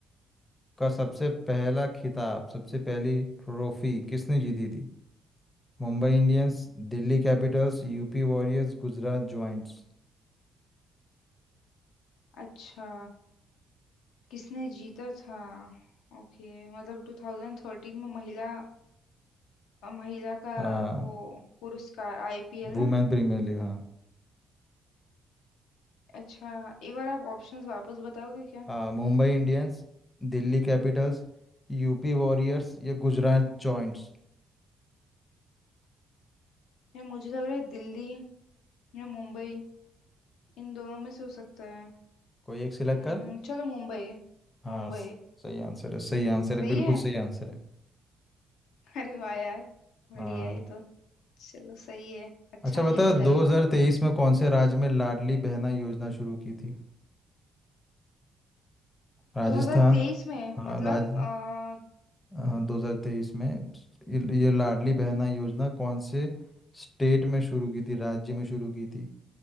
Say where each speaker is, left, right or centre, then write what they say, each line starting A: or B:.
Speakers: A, on the left (about 20°); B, on the left (about 85°).
A: का सबसे पहला खिताब सबसे पहली ट्रॉफी किसने जीती थी Mumbai Indians Delhi Capitals UP Warriors Gujarat Giants
B: अच्छा किसने जीता था ओके मतलब 2013 में महिला अ, महिला का
A: हाँ
B: वो पुरस्कार आईपीएल
A: वुमेन
B: ना
A: प्रीमियर लीग हाँ
B: अच्छा एक बार आप ऑप्शंस वापस बताओगे क्या
A: हाँ Mumbai Indians Delhi Capitals UP Warriors या गुजरात जॉइंट्स
B: या मुझे लग रहा है दिल्ली या मुंबई इन दोनों में से हो सकता है
A: कोई एक सिलेक्ट
B: हम्म,
A: कर
B: चलो मुंबई
A: हाँ
B: मुंबई
A: स- सही आंसर है सही आंसर है
B: सही
A: बिल्कुल
B: है
A: सही आंसर है
B: <laughs> अरे वाह यार बढ़िया
A: हाँ
B: है ये तो चलो सही है अच्छा
A: अच्छा बता
B: खेलने
A: 2023
B: लगी हूँ मैं अब
A: में कौन से राज्य में लाडली बहना योजना शुरू की थी राजस्थान
B: 2023 में
A: हाँ
B: मतलब
A: राज
B: आ,
A: हाँ, दो हजार तेईस में ये ये लाडली बहना योजना कौन से स्टेट में शुरू की थी राज्य में शुरू की थी